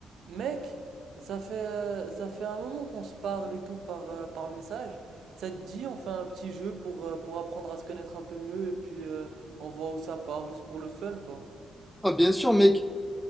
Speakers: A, on the right; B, in the centre.
A: Mec, ça fait, euh, ça fait un moment qu'on se parle et tout par, euh, par message. Ça te dit, on fait un petit jeu pour, euh, pour apprendre à se connaître un peu mieux et puis euh, on voit où ça part, juste pour le fun, quoi.
B: Ah bien sûr mec,